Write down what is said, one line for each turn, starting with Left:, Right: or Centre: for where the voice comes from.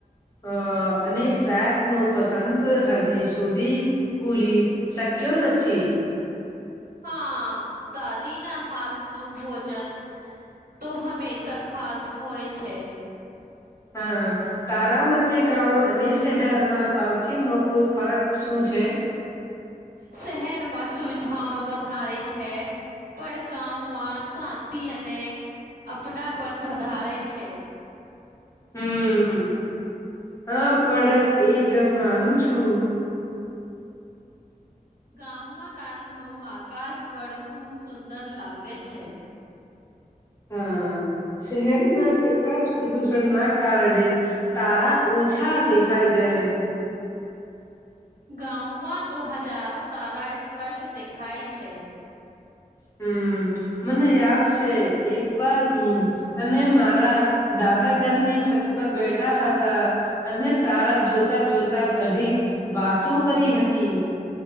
Left: અ અને શાક નો પસંદ હજી સુધી ભૂલી શક્યો નથી.
Right: હા દાદી ના હાથ નું ભોજન તો હંમેશા ખાસ હોય છે.
Left: હા. તારામતે ગાંઉં અને શહેરમાં સૌથી મોટું ફરક શું છે?
Right: શહેરમાં સુવિધા વધારે છે. પડ ગામમાં શાંતિ અને અપનાપન વધારે છે.
Left: હમ્મ હા પણ એજ માનું છું
Right: ગાંઉં માં રાત નું આકાશ પડ ખુબ સુંદર લાગે છે.
Left: હા શહેરના પ્રકાશ પ્રદૂષણ ના કારણે તારા ઓછા દેખાય જય
Right: ગાંઉમાં તો હજારો તારા સ્પષ્ટ દેખાય છે.
Left: હમ્મ મને યાદ છે એક વાર હું અને મારા દાદા ઘરની છત પર બેઠા હતા અને તારા જોતા જોતા ઘણી વાતો કરી હતી.